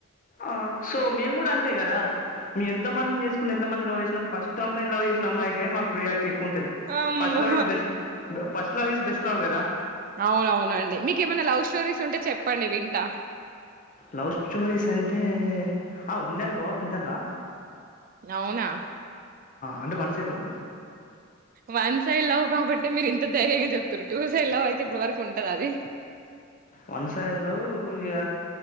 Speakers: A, on the left; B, on the right.
A: ఆ సో మేము కూడా అంతే కదా మీ ఎంత మందిని చేసుకుని ఎంత మంది లవ్ చేసిన ఫస్ట్ అమ్మాయి లవ్ చేస నమ్మాయి గ మ మాకు ప్రియా ఎక్కువ ఉంటది
B: అమ్మో
A: ఫస్ట్ లవ్ ఇస్ బెస్ట్ ఫస్ట్ కదా
B: అవున అవునండి మీకు ఏమైనా లవ్ స్టోరీస్ ఉంటే చెప్పండి వింట
A: లవ్ స్టోరీస్ అంటే ఆ ఉందినుకో ఇంటారులా
B: అవునా
A: అంటే one side love
B: one side love కాబట్టి మీరు ఇంత ధైర్యంగా చెప్తురు టూ సైడ్ లవ్ అయితే ఇప్పుడు వరకు ఉంటదా అది
A: వన్సై లో సూర్య